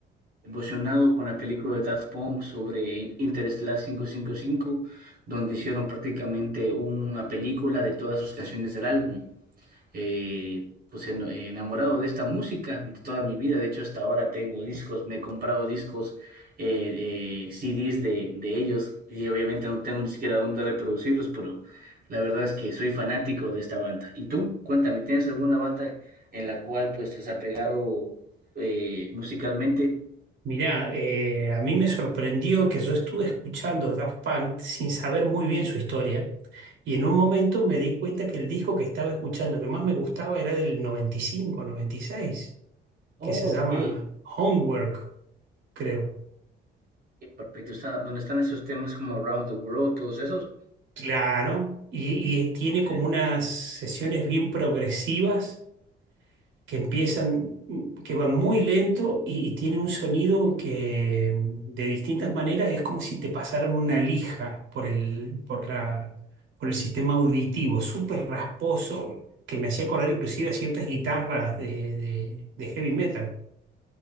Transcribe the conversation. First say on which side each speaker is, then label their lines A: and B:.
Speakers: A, on the right; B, on the right.
A: emocionado con la película de Daft Punk sobre Interestelar 555, donde hicieron prácticamente una película de todas sus canciones del álbum. eh, pues en- enamorado de esta música de toda mi vida. De hecho, hasta ahora tengo discos, me he comprado discos, eh, eh, CDs de, de ellos y obviamente no tengo ni siquiera dónde reproducirlos, pero la verdad es que soy fanático de esta banda. ¿Y tú? Cuéntame, ¿tienes alguna banda en la cual pues te has apegado eh, musicalmente?
B: Mirá, eh, a mí me sorprendió que yo estuve escuchando Daft Punk sin saber muy bien su historia y en un momento me di cuenta que el disco que estaba escuchando que más me gustaba era del noventa noventa y cinco noventa y seis
A: Oh,
B: que se llama
A: ok.
B: Homework, creo.
A: Ok, Perfecto. Está, ¿dónde están esos temas como Around the World, todos esos?
B: Claro, y, y tiene
A: Ok.
B: como unas sesiones bien progresivas que empiezan, que van muy lento y, y tienen un sonido que de distintas maneras es como si te pasaran una lija por el, por la, por el sistema auditivo, súper rasposo, que me hacía acordar inclusive a ciertas guitarras de, de- de heavy metal.